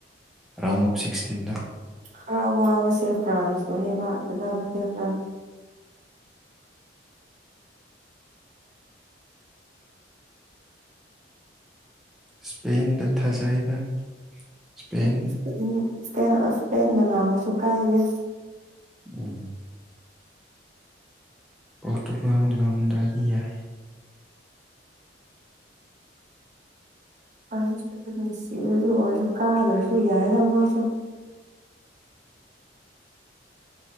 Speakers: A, in the centre; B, on the right.
A: ꯔꯥꯎꯟ ꯑꯣꯐ ꯁꯤꯛꯁꯇꯤꯟꯗ
B: ꯈꯔ ꯋꯥꯕꯁꯦ ꯐ꯭ꯔꯥꯟꯁꯇꯨꯅꯦꯕ ꯐꯖꯕꯁꯦ ꯈꯔ
A: ꯏꯁꯄꯦꯟꯗ ꯊꯥꯖꯩꯗꯥ ꯏꯁꯄꯦꯟ
B: ꯑꯗꯨꯝ ꯏꯁꯄꯦꯟ ꯏꯁꯄꯦꯟꯅ ꯉꯝꯃꯁꯨ ꯀꯥꯏꯗꯦ
A: ꯎꯝ ꯄꯣꯔꯇꯨꯒꯜ ꯉꯝꯗ꯭ꯔꯗꯤ ꯌꯥꯏ
B: ꯑꯍꯟꯁꯨꯁꯨ ꯅꯨꯡꯁꯤꯕꯗꯨ ꯑꯣꯏꯔꯁꯨ ꯀꯥꯗ꯭ꯔꯁꯨ ꯌꯥꯏꯗꯥ ꯃꯣꯏꯁꯨ